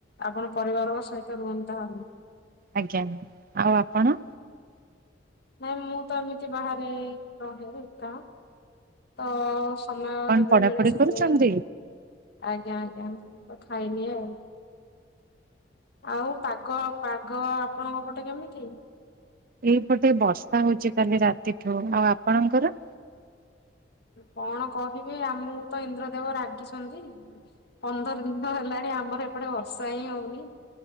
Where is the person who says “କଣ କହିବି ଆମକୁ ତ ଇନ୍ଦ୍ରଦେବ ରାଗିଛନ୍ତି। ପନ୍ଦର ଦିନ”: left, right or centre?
Left